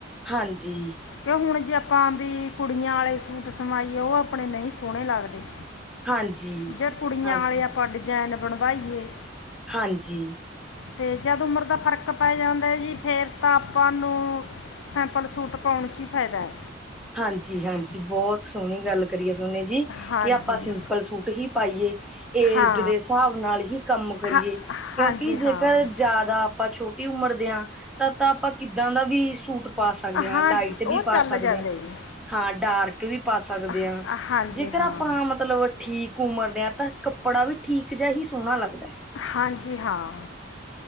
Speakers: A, in the centre; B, on the left.
A: ਹਾਂਜੀ।
B: ਕਿ, ਹੁਣ ਜੇ ਆਪਾਂ, ਵੀ ਕੁੜੀਆਂ ਆਲੇ ਸੂਟ ਸਵਾਈਏ। ਉਹ ਆਪਣੇ ਨਹੀਂ ਸੋਹਣੇ ਲੱਗਦੇ।
A: ਹਾਂਜੀ,
B: ਜੇ ਕੁੜੀਆਂ
A: ਹਾਂਜੀ।
B: ਵਾਲੇ ਆਪਾਂ ਡਿਜ਼ਾਈਨ ਬਣਵਾਈਏ।
A: ਹਾਂਜੀ
B: ਤੇ, ਜਦ ਉਮਰ ਦਾ ਫ਼ਰਕ ਪੈ ਜਾਂਦਾ। ਤੇ ਜੀ ਫੇਰ, ਤਾਂ ਆਪਾਂ ਨੂੰ ਸੈਂਪਲ ਸੂਟ, ਪਾਉਣ ਚ ਹੀ ਫਾਇਦਾ ਹੈ।
A: ਹਾਂਜੀ- ਹਾਂਜੀ, ਬਹੁਤ ਸੋਹਣੀ ਗੱਲ। ਕਰੀਏ ਸੋਨੇ ਜੀ।
B: ਹਾਂਜੀ
A: ਕਿ ਆਪਾਂ ਸਿੰਪਲ ਸੂਟ ਹੀ ਪਾਈਏ। ਏਜਡ
B: ਹਾਂ
A: ਦੇ ਹਿਸਾਬ ਨਾਲ ਹੀ ਕੰਮ ਕਰੀਏ।
B: ਹਾਂ
A: ਕਿਉਂਕਿ,
B: ਹਾਂਜੀ
A: ਜੇਕਰ
B: ਹਾਂ
A: ਜ਼ਿਆਦਾ ਆਪਾਂ ਛੋਟੀ ਉਮਰ ਹ। ਤਾਂ, ਤਾਂ ਆਪਾਂ ਕਿੱਦਾਂ ਦਾ ਵੀ ਸੂਟ ਪਾ ਸਕਦੇ ਹਾਂ
B: ਹਾਂਜੀ
A: ਲਾਈਟ
B: ਉਹ
A: ਵੀ
B: ਚੱਲ
A: ਪਾ ਸਕਦੇ
B: ਜਾਂਦੇ
A: ਹਾਂ।
B: ਜੀ
A: ਹਾਂ। ਡਾਰਕ ਵੀ, ਪਾ ਸਕਦੇ
B: ਹ
A: ਹਾਂ।
B: ਹਾਂਜੀ
A: ਜੇਕਰ
B: ਹਾਂ
A: ਆਪਾਂ ਮਤਲਬ, ਠੀਕ ਉਮਰ ਦੇ ਹਾਂ। ਤਾਂ ਕੱਪੜਾ ਵੀ ਠੀਕ ਜੇਆ ਹੀ ਸੋਣਾ ਲੱਗਦਾ ਐ।
B: ਹਾਂਜੀ ਹਾਂ,